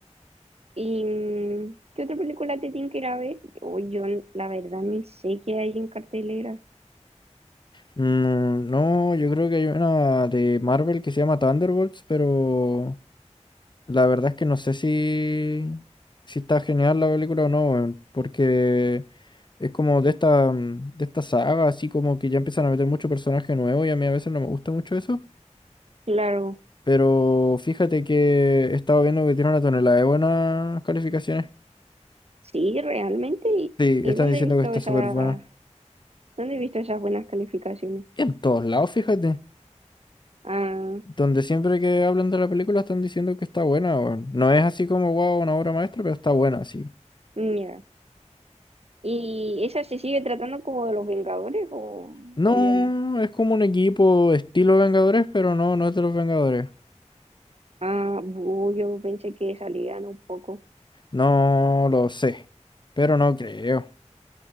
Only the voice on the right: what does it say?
¿Y mm, qué otra película te tienen que ir a ver? Yo, yo n- la verdad ni sé qué hay en cartelera.
Claro,
sí, realmente. ¿Y,
y
dónde
he visto
esa,
dónde he visto esas buenas calificaciones?
Ah,
ya. ¿Y esa se sigue tratando como de los Vengadores o,
o ya no?
Ah, bu, yo pensé que salían un poco.